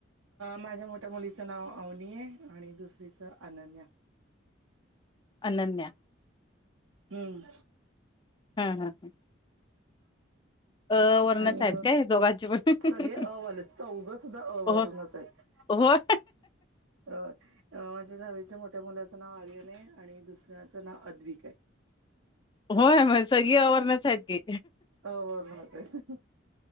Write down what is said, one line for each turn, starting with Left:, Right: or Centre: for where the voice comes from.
Right: माझ्या मोठ्या मुलीचं नाव अवनी आहे आणि दुसरीचं अनन्या.
Left: अनन्या
Right: हम्म
Left: हां हां हां अ वर्णच
Right: आणि
Left: आहेत काय दोघांची पण
Right: सगळे अ वाले चौघ सुद्धा अ
Left: हो.
Right: वरूनच आहेत.
Left: हो
Right: अ माझ्या जावच्या मोठ्या मुलाचं नाव आर्यन आहे आणि दुसऱ्याचं नाव अद्विक आहे.
Left: होय म सगळी आ वरणच आहेत की.
Right: अ वरणच आहे.